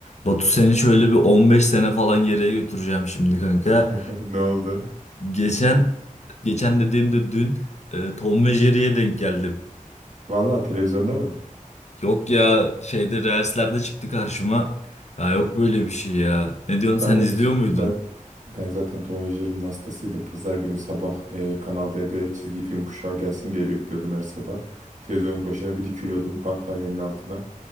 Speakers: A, on the left (about 55°); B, on the right (about 60°).
A: Batu seni şöyle bir 15 sene falan geriye götüreceğim şimdi kanka.
B: <laughs> Ne oldu?
A: Geçen geçen dediğimde dün e, Tom ve Jerry'ye denk geldim.
B: Vallahi televizyonda mı?
A: Yok ya şeyde Reels'lerde çıktı karşıma. Ya yok böyle bir şey ya. Ne diyorsun sen
B: Ben de
A: izliyor
B: bu s-
A: muydun?
B: ben ben zaten Tom ve Jerry'nin hastasıydım. Pazar günü sabah e, Kanal D'de çizgi film kuşağı gelsin diye bekliyordum her sabah. Televizyonun başına bir dikiliyordum battaniyenin altına.